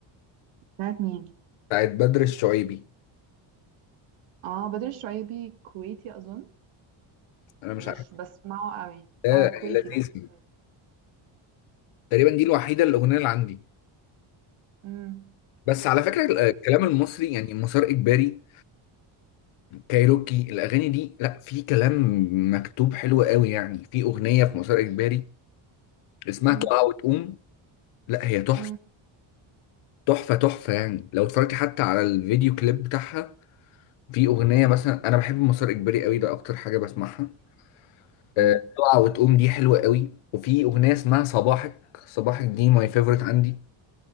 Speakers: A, on the right (about 80°); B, on the left (about 85°).
A: بتاعة مين؟
B: بتاعت بدر الشعيبي
A: آه، بدر الشعيبي كويتي أظن،
B: أنا مش
A: مش
B: عارف
A: باسمعه أوي.
B: ده
A: آه، كويتي
B: لذيذ
A: بدر الشعيبي.
B: تقريبا دي الوحيدة الأغنية اللي عندي
A: إمم،
B: بس على فكرة ال-
A: بالضبط،
B: الكلام المصري يعني مسار إجباري كايروكي الأغاني دي لا في كلام مكتوب حلو قوي يعني في أغنية في مسار إجباري اسمها
A: إمم،
B: تقع وتقوم لا هي تحفة
A: إمم،
B: تحفة تحفة يعني لو اتفرجتي حتى على الفيديو كليب بتاعها في أغنية مثلا أنا بحب مسار إجباري قوي ده أكتر حاجة بسمعها آه،
A: إمم،
B: تقع وتقوم دي حلوة قوي وفي أغنية اسمها صباحك صباحك دي ماي فيفورت عندي